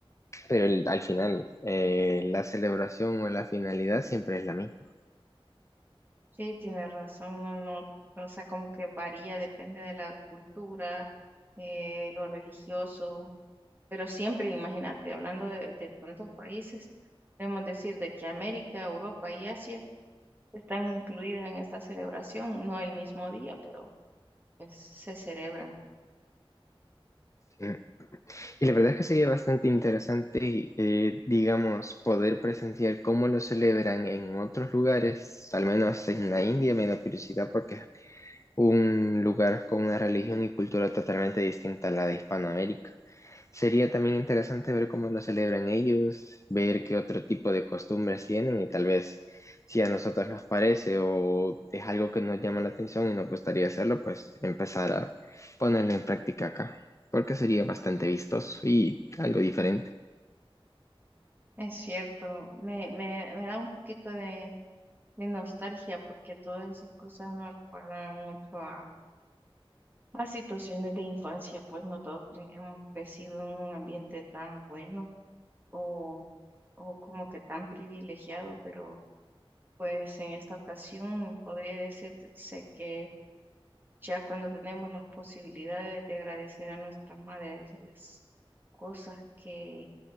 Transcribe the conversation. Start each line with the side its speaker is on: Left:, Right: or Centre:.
Left: Pero el- al final, eh, la celebración o la finalidad siempre es la misma.
Right: Sí, tiene razón, no, no, o sea, como que varía, depende de la cultura, eh, lo religioso, pero siempre, imagínate, hablando de, de tantos países, podemos decir de que América, Europa y Asia están incluidas en esta celebración, no el mismo día, pero pues, se celebra.
Left: Sí. Y la verdad es que sería bastante interesante, eh, digamos, poder presenciar cómo lo celebran en otros lugares, al menos en la India, me da curiosidad porque es un lugar con una religión y cultura totalmente distinta a la de Hispanoamérica. Sería también interesante ver cómo lo celebran ellos, ver qué otro tipo de costumbres tienen y tal vez si a nosotros nos parece o es algo que nos llama la atención y nos gustaría hacerlo, pues empezar a ponerlo en práctica acá, porque sería bastante vistoso y algo diferente.
Right: Es cierto, me, me, me da un poquito de, de nostalgia porque todas esas cosas me recuerdan mucho a, a situaciones de infancia, pues no todos cre- hemos crecido en un ambiente tan bueno o, o como que tan privilegiado, pero pues en esta ocasión podría decirse que ya cuando tenemos las posibilidades de agradecer a nuestras madres las cosas que,